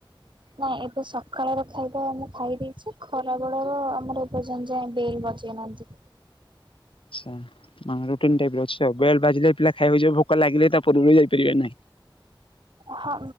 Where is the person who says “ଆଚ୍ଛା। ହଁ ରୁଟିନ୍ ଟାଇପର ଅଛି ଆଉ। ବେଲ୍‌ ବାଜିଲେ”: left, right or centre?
Left